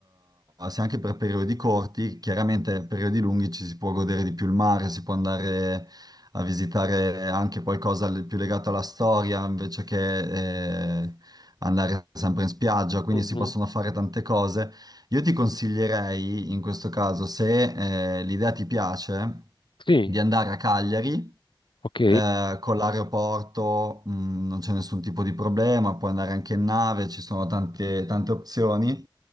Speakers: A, on the right (about 50°); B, on the left (about 70°).
A: sia anche per periodi corti, chiaramente periodi lunghi ci si può godere di più il mare, si può andare a visitare anche qualcosa l- più legato alla storia invece che eh, andare sempre in spiaggia, quindi
B: Mhm.
A: si possono fare tante cose. Io ti consiglierei in questo caso, se eh, l'idea ti piace,
B: Sì,
A: di andare a Cagliari
B: ok,
A: eh, con l'aeroporto mh, non c'è nessun tipo di problema, puoi andare anche in nave, ci sono tante, tante opzioni.